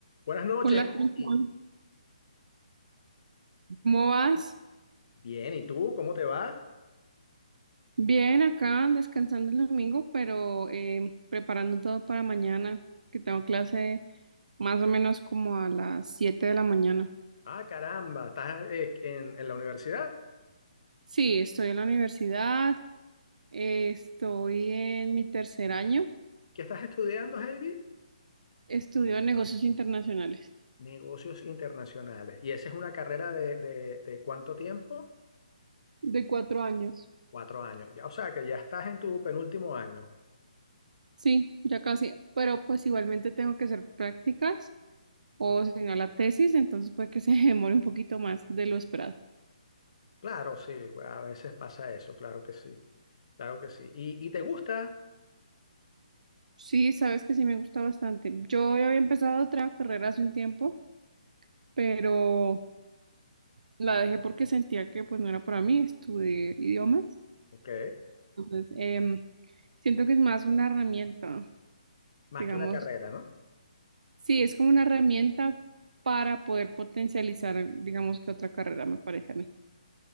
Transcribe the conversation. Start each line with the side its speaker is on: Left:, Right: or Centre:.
Left: Buenas noches.
Right: Hola, ¿cómo
Left: Heidi.
Right: Juan? ¿Cómo vas?
Left: Bien, ¿y tú? ¿Cómo te va?
Right: Bien, acá descansando el domingo, pero eh, preparando todo para mañana, que tengo clase más o menos como a las 7 de la mañana.
Left: Ah, caramba, ¿estás eh, en, en la universidad?
Right: Sí, estoy en la universidad, eh, estoy en mi tercer año,
Left: ¿Qué estás estudiando, Heidi?
Right: estudio negocios internacionales
Left: Negocios internacionales. ¿Y esa es una carrera de, de- de cuánto tiempo?
Right: de cuatro años.
Left: Cuatro años. Ya, o sea, que ya estás en tu penúltimo año.
Right: Sí, ya casi, pero pues igualmente tengo que hacer prácticas o
Left: Ok.
Right: si no la tesis, entonces puede que se <laughs> demore un poquito más de lo esperado.
Left: Claro, sí, bueno, a veces pasa eso, claro que sí, claro que sí. ¿Y, y te gusta?
Right: Sí, sabes que sí me gusta bastante. Yo ya había empezado otra carrera hace un tiempo, pero la dejé porque sentía que pues no era para mí, estudié idiomas.
Left: Ok,
Right: Entonces, em, siento que es más una herramienta,
Left: más
Right: digamos.
Left: que una carrera, ¿no?
Right: Sí, es como una herramienta para poder potencializar, digamos, que otra carrera me parece a mí.